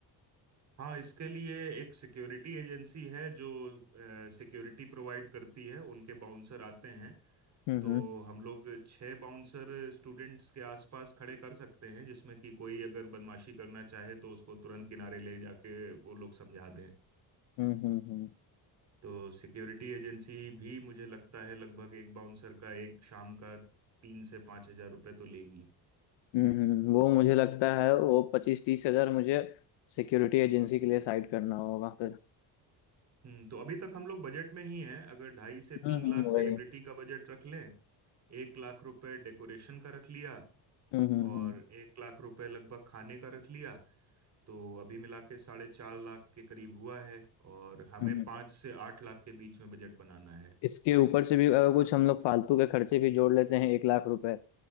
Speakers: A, on the right (about 40°); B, on the left (about 80°).
A: हाँ इसके लिए एक सिक्योरिटी एजेंसी है जो सिक्योरिटी प्रोवाइड करती है उनके बाउंसर आते हैं
B: हम्म
A: तो
B: हम्म
A: हम लोग छह बाउंसर स्टूडेंट्स के आसपास खड़े कर सकते हैं जिसमें कि कोई अगर बदमाशी करना चाहे तो उसको तुरंत किनारे ले जाके वो लोग समझा दें
B: हम्म हम्म हम्म,
A: तो सिक्योरिटी एजेंसी भी मुझे लगता है लगभग एक बाउंसर का एक शाम का तीन से पाँच हजार रुपये तो लेगी
B: हम्म, हम्म, हम्म, वो मुझे लगता है वो पच्चीस तीस हजार मुझे सिक्योरिटी एजेंसी के लिए साइड करना होगा फिर
A: हम्म तो अभी तक हम लोग बजट में ही हैं अगर ढाई से
B: हम्म
A: तीन
B: हम्म
A: लाख सेलिब्रिटी
B: वही
A: का बजट रख लें एक लाख रुपए डेकोरेशन का रख लिया
B: हम्म हम्म
A: और
B: हम्म
A: एक लाख रुपए लगभग खाने का रख लिया तो अभी मिला के साढ़े चार लाख के करीब हुआ है और हमें
B: हम्म, हम्म।
A: पाँच से आठ लाख के बीच में बजट बनाना है
B: इसके ऊपर से भी अगर कुछ हम लोग फालतू के खर्चे भी जोड़ लेते हैं एक लाख रुपए